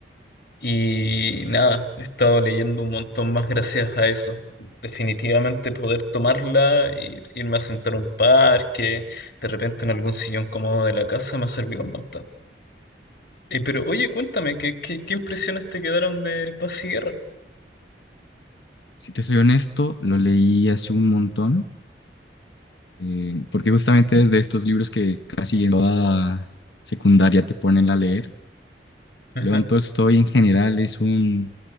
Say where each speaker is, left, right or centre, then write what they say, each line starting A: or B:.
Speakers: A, on the left (about 55°); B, on the left (about 75°).
A: y nada, he estado leyendo un montón más gracias a eso. Definitivamente poder tomarla y irme a sentar a un parque, de repente en algún sillón cómodo de la casa, me ha servido un montón. Eh, pero oye, cuéntame, ¿qué, qué, qué impresiones te quedaron de Paz y Guerra?
B: Si te soy honesto, lo leí hace un montón, eh, porque justamente es de estos libros que casi en toda secundaria te ponen a leer.
A: Ajá,
B: León Tolstoy en general es un,